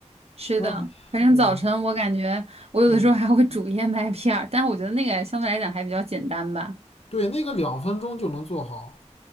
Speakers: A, on the right; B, on the left.
A: 是的，
B: 啊，
A: 反正早晨我感觉我有的时候还会煮燕麦片儿，
B: 对啊，嗯，
A: 但我觉得那个相对来讲还比较简单吧。
B: 对，那个两分钟就能做好，